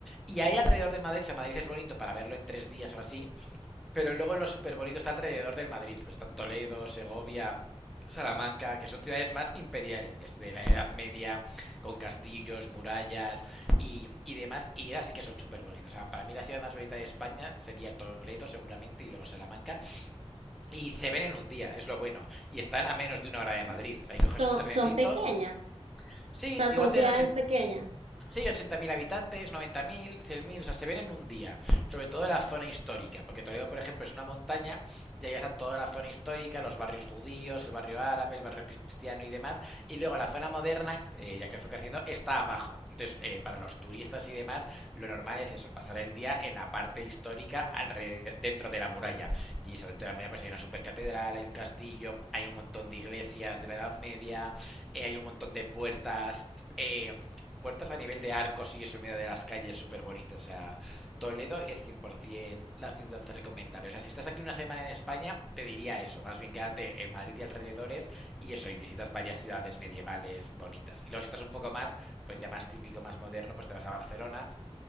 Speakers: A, in the centre; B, on the right (about 75°).
A: Y ahí alrededor de Madrid, o sea, Madrid es bonito para verlo en tres días o así. Pero luego lo súper bonito está alrededor del Madrid. Pues está Toledo, Segovia, Salamanca, que son ciudades más imperiales de la Edad Media, con castillos, murallas y, y demás. Y así que son súper bonitos. O sea, para mí la ciudad más bonita de España sería Toledo, seguramente, y luego Salamanca. Y se ven en un día, es lo bueno. Y están a menos de una hora de
B: Ah,
A: Madrid. Ahí coges
B: Son,
A: un trenecito.
B: son pequeñas,
A: Sí,
B: o sea,
A: igual
B: son ciudades
A: tienen 80
B: pequeñas.
A: Sí, 80.000 habitantes, 90.000, mil, o sea, se ven en un día, sobre todo en la zona histórica, porque Toledo, por ejemplo, es una montaña y ahí está toda la zona histórica, los barrios judíos, el barrio árabe, el barrio cristiano y demás, y luego la zona moderna, eh, ya que fue creciendo, está abajo. Entonces, eh, para los turistas y demás, lo normal es eso, pasar el día en la parte histórica alrededor, dentro de la muralla. Y eso, dentro de la muralla pues hay una supercatedral, hay un castillo, hay un montón de iglesias de la Edad Media, eh, hay un montón de puertas, eh, puertas a nivel de arcos y eso en medio de las calles, súper bonito. O sea, Toledo es 100% la ciudad recomendable. O sea, si estás aquí una semana en España, te diría eso. Más bien quédate en Madrid y alrededores y eso, y visitas varias ciudades medievales bonitas. Y luego si estás un poco más, pues ya más típico, más moderno, pues te vas a Barcelona